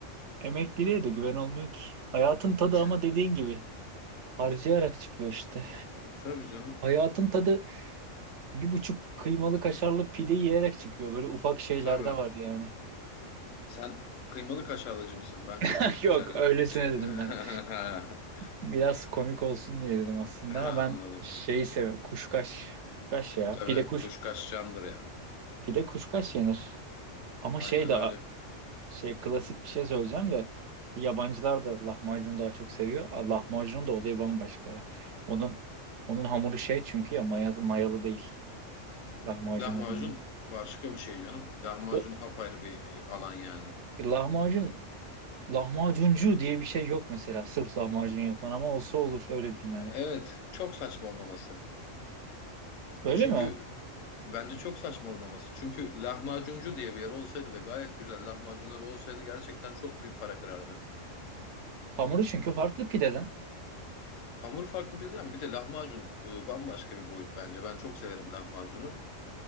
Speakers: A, on the right (about 65°); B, on the left (about 80°).
A: Emekliliğe de güven olmuyor ki. Hayatın
B: <laughs>
A: tadı ama dediğin gibi harcayarak çıkıyor işte.
B: E, tabii canım
A: Hayatın tadı bir buçuk kıymalı kaşarlı pide yiyerek çıkıyor. Böyle ufak şeylerde
B: tabii.
A: var yani.
B: Sen kıymalı kaşarlıcı mısın? Ben
A: <laughs>
B: kuşbaşı
A: Yok
B: kaşarcıyım.
A: öylesine dedim ben.
B: <laughs>
A: Biraz komik olsun diye dedim aslında
B: <laughs>
A: ama
B: Ha,
A: ben
B: Anladım.
A: şeyi seviyorum. Kuşkaş. Kuşkaş ya.
B: Tabii
A: Pide kuş
B: kuş kaçacağındır ya.
A: pide kuşkaş yenir. Ama
B: Aynen
A: şey de
B: öyle.
A: şey klasik bir şey söyleyeceğim de yabancılar da lahmacunu daha çok seviyor. Ah, Lahmacunun da olayı bambaşka ya. Onun onun hamuru şey çünkü ya maya mayalı değil. Lahmacunun
B: Lahmacun
A: hamuru.
B: başka bir şey canım. Lahmacun
A: O
B: apayrı bir e, alan yani.
A: lahmacun lahmacuncu diye bir şey yok mesela. Sırf lahmacun yapan ama olsa olur öyle diyeyim
B: Evet,
A: yani.
B: çok saçma olmaması.
A: Öyle
B: Çünkü
A: mi?
B: e, bence çok saçma olmaması. Çünkü lahmacuncu diye bir yer olsaydı ve gayet güzel lahmacunları olsaydı gerçekten çok büyük para kırardı.
A: Hamuru çünkü farklı pideden.
B: Hamur farklı birden bir de lahmacun e, bambaşka bir boyut bence. Ben çok severim lahmacunu.